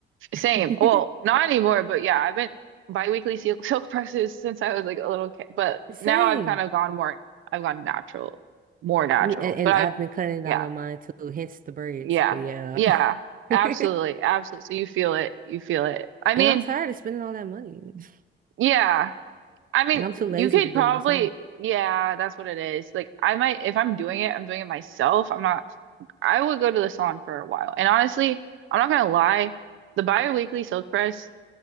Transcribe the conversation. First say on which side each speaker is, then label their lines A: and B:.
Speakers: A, on the right; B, on the right.
A: <laughs>
B: Same. Well, not anymore, but yeah, I've been biweekly silk, <laughs> silk presses since I was like a little kid. But
A: Same.
B: now I've kind of gone more, I've gone natural, more natural.
A: Me- And, and
B: But I've,
A: I've been cutting down
B: yeah,
A: on mine too, hence the braids.
B: yeah,
A: But yeah.
B: yeah, absolutely,
A: <laughs>
B: absolutely. So you feel it, you feel it. I
A: And
B: mean,
A: I'm tired of spending all that money. <laughs>
B: Yeah. I mean,
A: And I'm too lazy
B: you could
A: to do
B: probably,
A: it myself.
B: yeah, that's what it is. Like, I might, if I'm doing it, I'm doing it myself. I'm not, I would go to the salon for a while. And honestly, I'm not gonna lie, the bi-weekly silk press